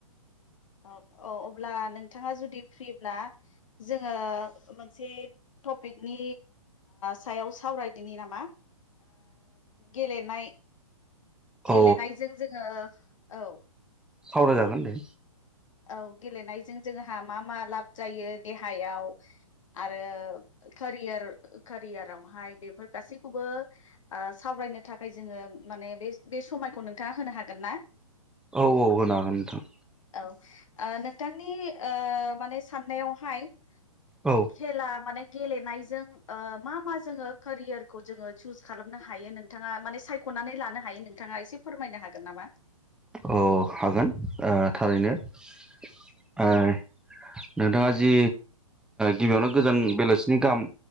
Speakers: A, on the left; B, in the centre.
A: औ औ अब्ला नोंथाङा जुदि फ्रि ब्ला जोङो मोनसे टपिकनि सायाव सावरायदिनि नामा गेलेनाय गेलेनायजों
B: औ
A: जोङो औ
B: सावरायजागोन दे
A: औ गेलेनायजों जोंहा मा मा लाब जायो देहायाव आरो केयार केरियारावहाय बेफोर गासैखौबो सावरायनो थाखाय जोङो माने बे बे समायखौ नोंथाङा होनो हागोन ना
B: औ औ होनो हागोन नोंथां
A: औ नोंथांनि माने साननायावहाय
B: औ
A: खेला माने गेलेनायजों मा मा जोङो केरियारखौ जोङो चुज खालामनो हायो नों नोंथाङा माने सायख'नानै लानो हायो नोंथाङा एसे फोरमायनो हागोन नामा
B: अ हागोन थारैनो नोंथाङा जि गिबियावनो गोजोन बेलासिनि गाहाम